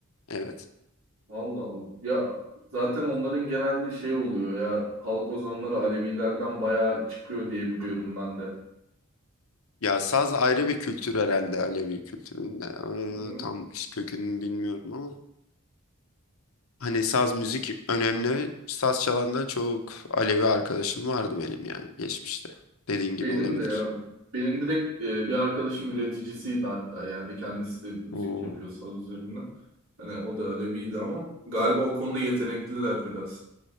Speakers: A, on the left; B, on the right.
A: Evet.
B: Allah Allah. Ya zaten onların genelde şey oluyor ya halk ozanları Alevilerden bayağı çıkıyor diye biliyorum ben de.
A: Ya saz ayrı bir kültür herhalde Alevi kültüründe.
B: Hı hı.
A: Ee, tam kökünü bilmiyorum ama. Hani saz müzik önemli. Saz çalan da çok Alevi arkadaşım vardı benim yani geçmişte. Dediğin gibi
B: Benim
A: olabilir.
B: de ya benim direkt e, bir arkadaşım üreticisiydi hatta yani kendisi de müzik
A: O
B: yapıyor saz üzerine. Hani o da Aleviydi ama galiba o konuda yetenekliler biraz.